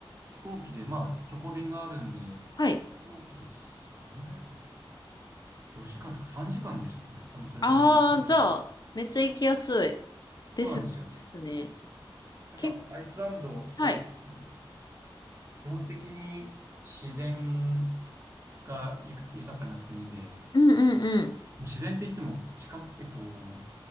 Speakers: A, on the right; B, on the left.
A: 飛行機で、まあ、直行便があるんで、
B: はい。
A: 飛行機です。どんぐらいだったっけな ?4 時間とか3時間でしたかね。多分それくらいで行けたと思う。
B: ああ、じゃあ、めっちゃ行きやすい。ですね。
A: そうなんですよね。
B: ですね。
A: なんか、
B: け、
A: アイスランド、そうです。
B: はい。
A: なんか基本的に自然がゆ豊かな国で、
B: うんうんうん。
A: 自然って言っても、地殻、えっと、